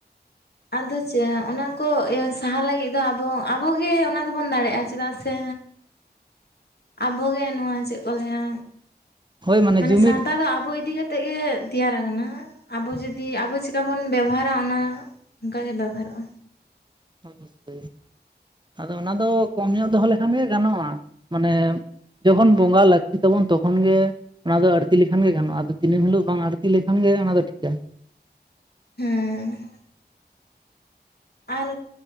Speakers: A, on the left (about 70°); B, on the right (about 25°).
A: ᱟᱫᱚ ᱪᱮᱫ ᱚᱱᱟ ᱠᱚ ᱤᱭᱟᱹ ᱥᱟᱦᱟ ᱞᱟᱹᱜᱤᱫ ᱫᱚ ᱟᱵᱚ ᱟᱵᱚᱜᱮ ᱚᱱᱟ ᱫᱚᱵᱚᱱ ᱫᱟᱲᱮᱭᱟᱜᱼᱟ ᱪᱮᱫᱟᱜ ᱥᱮ ᱟᱵᱚᱜᱮ ᱱᱚᱣᱟ ᱪᱮᱫ ᱠᱚ ᱞᱟᱹᱭᱟ
B: ᱦᱳᱭ
A: ᱢᱟᱱᱮ
B: ᱡᱩᱢᱤᱫ
A: ᱥᱟᱶᱛᱟ ᱫᱚ ᱟᱵᱚ ᱤᱫᱤ ᱠᱟᱛᱮ ᱠᱟᱛᱮᱫ ᱜᱮ ᱛᱮᱭᱟᱨᱟ ᱠᱟᱱᱟ ᱟᱵᱚ ᱡᱩᱫᱤ ᱟᱵᱚ ᱪᱮᱠᱟ ᱵᱚᱱ ᱵᱮᱵᱟᱨᱟ ᱚᱱᱟ ᱚᱱᱠᱟ ᱜᱮ ᱵᱮᱵᱚᱦᱟᱨᱚᱜᱼᱟ
B: <unintelligible> ᱟᱫᱚ ᱚᱱᱟ ᱫᱚ ᱠᱚᱢ ᱧᱚᱜ ᱫᱚᱦᱚ ᱞᱮᱠᱷᱟᱱ ᱜᱮ ᱜᱟᱱᱚᱜᱼᱟ ᱢᱟᱱᱮ ᱡᱚᱠᱷᱚᱱ ᱵᱚᱸᱜᱟ ᱞᱟᱹᱠᱛᱤ ᱛᱟᱵᱚᱱ ᱛᱚᱠᱷᱚᱱ ᱜᱮ ᱚᱱᱟ ᱫᱚ ᱟᱲᱛᱤ ᱞᱮᱠᱷᱟᱱ ᱜᱮ ᱜᱟᱱᱚᱜ-ᱟ ᱟᱫᱚ ᱫᱤᱱᱟᱹᱢ ᱦᱤᱞᱳᱜ ᱵᱟᱝ ᱟᱹᱲᱛᱤ ᱞᱮᱠᱷᱟᱱ ᱜᱮ ᱚᱱᱟ ᱫᱚ ᱴᱷᱤᱠᱟ
A: ᱦᱮᱸ ᱟᱨ